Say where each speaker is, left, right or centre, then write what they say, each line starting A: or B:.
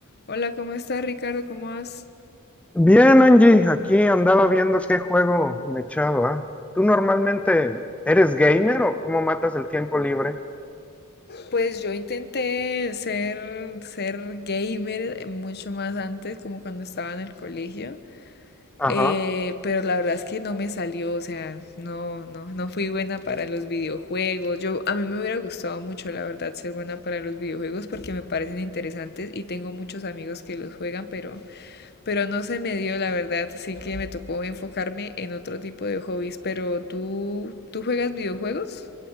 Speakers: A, on the left (about 45°); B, in the centre.
A: Hola, ¿cómo estás, Ricardo? ¿Cómo vas?
B: Bien, Angie, aquí andaba viendo qué juego me echaba. ¿Tú normalmente eres gamer o cómo matas el tiempo libre?
A: Pues yo intenté ser, ser gamer mucho más antes, como cuando estaba en el colegio,
B: Ajá.
A: eh, pero la verdad es que no me salió, o sea, no, no, no fui buena para los videojuegos. Yo, a mí me hubiera gustado mucho, la verdad, ser buena para los videojuegos porque me parecen interesantes y tengo muchos amigos que los juegan, pero, pero no se me dio, la verdad, así que me tocó enfocarme en otro tipo de hobbies. Pero tú, ¿tú juegas videojuegos?